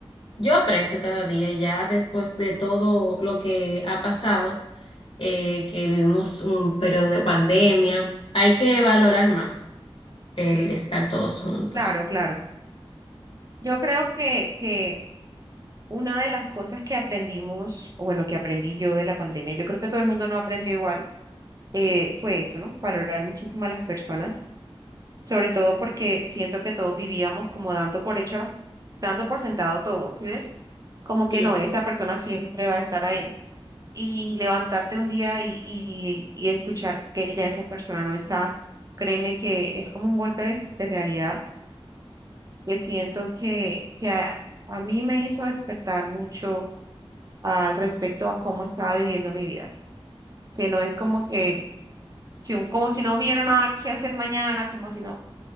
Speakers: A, on the left; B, on the right.
A: yo aprecio cada día, ya después de todo lo que ha pasado, eh, que vivimos un periodo de
B: Sí.
A: pandemia, hay que valorar más el estar todos juntos.
B: Claro, claro. Yo creo que, que una de las cosas que aprendimos, o bueno, que aprendí yo de la pandemia, yo creo que todo el mundo no aprendió igual, eh,
A: sí
B: fue eso, ¿no? Valorar muchísimo a las personas, sobre todo porque siento que todos vivíamos como dando por hecho, las- dando por sentado todo, ¿sí ves? Como
A: Sí.
B: que no, esa persona siempre va a estar ahí y levantarte un día y, y, y escuchar que ya esa persona no está, créeme que es como un golpe de realidad que siento que, que a, a mí me hizo despertar mucho al respecto a cómo estaba viviendo mi vida, que no es como que, si un- como si no hubiera nada que hacer mañana, como si no,